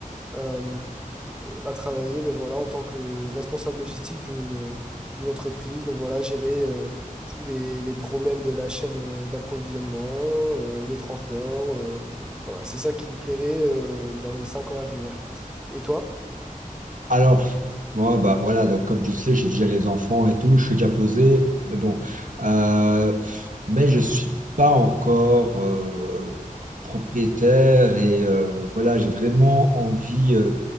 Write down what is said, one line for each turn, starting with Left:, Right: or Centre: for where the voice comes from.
Centre: euh, à travailler ben voilà, en tant que responsable logistique d'une d'une entreprise. Donc voilà, gérer euh, tous les, les problèmes de la chaîne euh, d'approvisionnement, euh, les transports. euh, voilà, c'est ça qui me plairait euh, dans les cinq ans à venir. Et toi?
Right: Alors, moi, bah voilà, donc comme tu sais, j'ai déjà les enfants et tout, je suis déjà posé, mais bon. Euh, mais je suis pas encore euh, propriétaire et euh, voilà, j'ai vraiment envie euh,